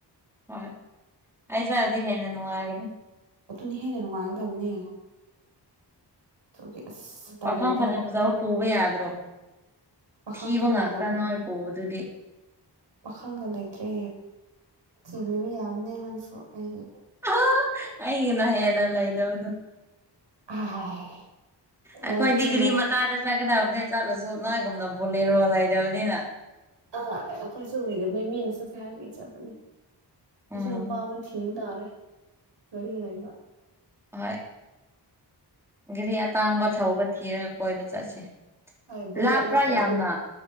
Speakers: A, in the centre; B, on the right (about 85°).
A: ꯍꯣꯏ ꯑꯩ ꯆꯥꯔꯗꯤ ꯍꯦꯟꯅ ꯅꯨꯡꯉꯥꯏꯒꯅꯤ
B: ꯑꯗꯨꯅ ꯍꯦꯟꯅ ꯅꯨꯡꯉꯥꯏꯒꯗꯕꯅꯦ ꯑꯣꯦ ꯑꯁ ꯁꯇꯔꯗꯦꯗ
A: ꯄꯥꯈꯪ ꯐꯖ ꯐꯖꯕ ꯄꯨꯕ ꯌꯥꯗ꯭ꯔꯣ
B: ꯄꯥꯈꯪꯁꯨ
A: ꯊꯤꯕ ꯉꯥꯛꯇ
B: ꯂꯩꯇꯕꯅ
A: ꯅꯣꯏ ꯄꯣꯕꯗꯨꯗꯤ
B: ꯄꯥꯈꯪꯒ ꯂꯩꯇ꯭ꯔꯦ ꯊꯤꯕꯤꯕ ꯌꯥꯕꯅꯦ ꯅꯪꯁꯨ ꯑꯩ
A: ꯑ ꯑꯩꯒꯤꯅ ꯍꯦꯅꯂ ꯏꯗꯕꯗꯨ
B: ꯑꯥꯏ
A: ꯑꯩꯈꯣꯏ
B: ꯂꯩꯕꯁꯤꯡꯅ
A: ꯗꯤꯒ꯭ꯔꯤ ꯃꯆꯥꯗ ꯆꯠꯀꯗꯕꯅꯦ ꯆꯠꯂꯁꯨ ꯅꯣꯏꯒꯨꯝꯅ ꯕꯣꯂꯦꯔꯣ ꯂꯩꯗꯕꯅꯤꯅ
B: ꯑꯥ ꯑꯩꯈꯣꯏꯁꯨ ꯂꯩꯒꯗꯣꯏ ꯃꯤꯅ ꯆꯠꯁꯦ ꯍꯥꯏꯕꯒꯤ ꯆꯠꯄꯅꯦ ꯑꯩꯁꯨ
A: ꯎꯝ
B: ꯅꯨꯄꯥ ꯑꯃ ꯊꯤꯕ ꯇꯥꯔꯦ ꯒꯥꯔꯤ ꯂꯩꯕ
A: ꯍꯣꯏ ꯘꯔꯤ ꯑꯇꯥꯡꯕ ꯊꯧꯕ ꯊꯤꯔꯒ ꯀꯣꯏꯕ ꯆꯠꯁꯦ
B: ꯍꯣꯏ ꯕꯨꯂꯦꯠ
A: ꯂꯥꯞꯄ꯭ꯔꯥ
B: ꯅꯠꯇ꯭ꯔꯗꯤ
A: ꯌꯥꯝꯅ